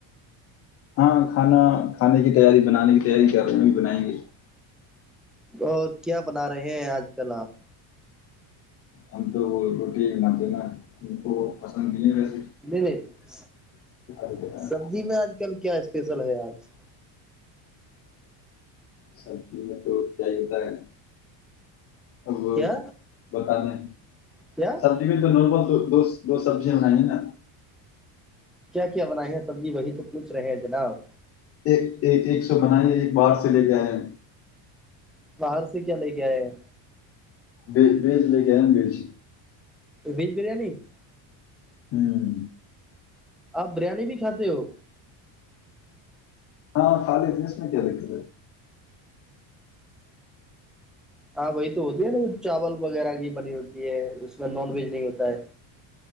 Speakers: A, on the left (about 35°); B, in the centre.
A: ہاں کھانا کھانے کی تیاری بنانے کی تیاری کر رہے ہے ابھی ابھی بنائیں گے
B: اور کیا بنا رہے ہیں آج کل آپ
A: ہم تو وہ روٹی م جینا ان کو پسند نہیں ہے وس
B: نہیں نہیں
A: لیتے ہیں
B: سبزی میں آج کل کیا اسپیشل ہے آج
A: سبزی میں تو کیا ہی بتائیے اب
B: کیا
A: پتا نہیں
B: کیا
A: سبزی میں تو نارمل دو دو سبزیاں بنانی ہے نا
B: کیا کیا بنائے ہیں سبزی وہی تو پچ رہے گ جناب
A: ایک ایک ایک سو بنائی ہے ایک باہار سے لے کے آئے ہے
B: باہر سے کیا لے کے آئے ہیں
A: بی بیچ لے کےم بیچ <inaudible>
B: ویج بریانی
A: ہمم
B: آپ بریانی بھی کھاتے ہو
A: ہاں کھا لیتے ہیں اس میں کیا دقت ہے
B: ہاں وہی تو ہوتی ہے نا وہ چاول وغیرہ کی بنی ہوتی ہے اس میں نان ویج نہیں ہوتا ہے